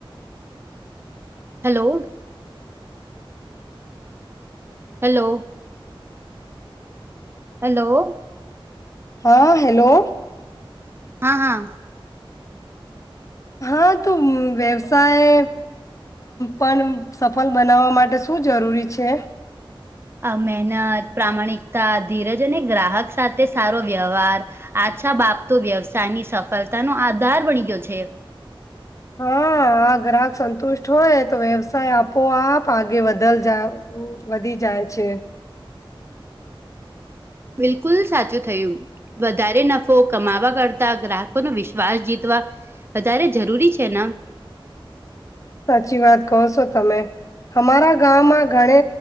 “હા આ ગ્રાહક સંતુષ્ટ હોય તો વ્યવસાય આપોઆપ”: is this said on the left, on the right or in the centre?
Left